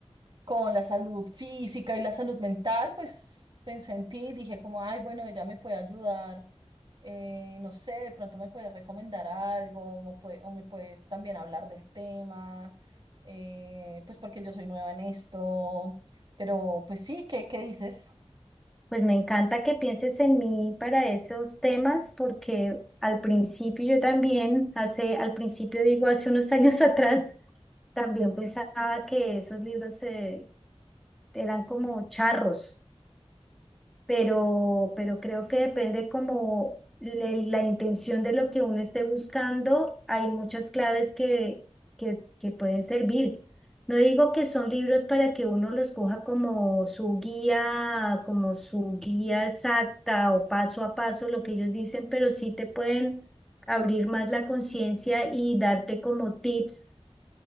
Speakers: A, on the right; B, in the centre.
A: con la salud física y la salud mental, pues pensé en ti, dije como, ay, bueno, ella me puede ayudar, eh, no sé, de pronto me puedes recomendar algo, mo- pue- o me puedes también hablar del tema, eh, pues porque yo soy nueva en esto, pero pues sí, ¿qué, qué dices?
B: Pues me encanta que pienses en mí para esos temas porque al principio yo también, hace, al principio digo, hace unos años <laughs> atrás, también pensaba que esos libros eh, eran como charros. pero, pero creo que depende como le- la intención de lo que uno esté buscando, hay muchas claves que, que, que pueden servir. No digo que son libros para que uno los coja como su guía, como su guía exacta o paso a paso, lo que ellos dicen, pero sí te pueden abrir más la conciencia y darte como tips